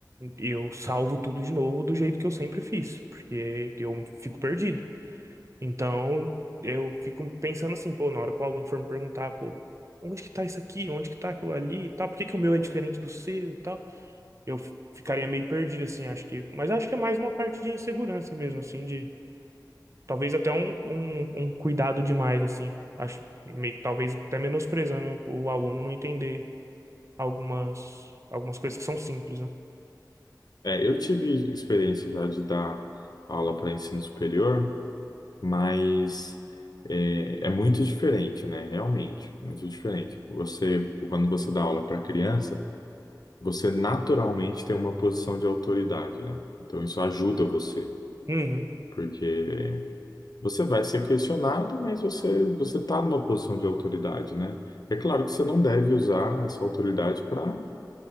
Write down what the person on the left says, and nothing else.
É, eu tive experiência já de dar aula para ensino superior. mas é, é muito diferente, né? Realmente, muito diferente. Você, quando você dá aula para criança, você naturalmente tem uma posição de autoridade, né? Então isso ajuda você,
porque você vai ser questionado, mas você você está numa posição de autoridade, né? É claro que você não deve usar essa autoridade para